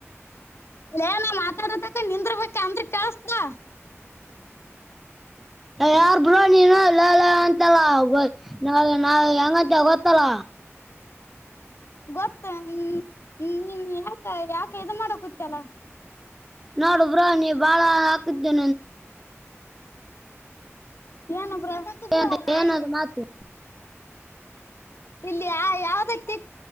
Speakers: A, on the left; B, in the centre.
A: ಎಲೆ ಮಾತಾಡದಕ್ಕ ನಿಂದ್ರಬೇಕ ಅಂದ್ರ ಕೇಳುತ್ತೆ
B: ಯಾರ್ ಬ್ರೋ ನೀನು ಇಲ್ಲ ಅಂತ ಗೊತ್ತಲ್ಲ ನ ನಾ ಹೆಂಗಂಂತ ಗೊತ್ತಲ್ಲ
A: ಗೊತ್ತ ನೀನ್ ಯಾಕ ಯಾಕ ಇದು ಮಾಡ ಕುೂತ್ತಲ್ಲ
B: ನೋಡು ಬ್ರೋ ನೀ ಬಾಳ ಹಾಕತೀ
A: ಏನು ಬ್ರಂತ ಬ್ರ
B: ಅಂತ
A: ನಾಯಿ
B: ಏನದು ಮಾತು
A: ಇಲ್ಲಿ ಯ ಯಾವ್ದ ತಿ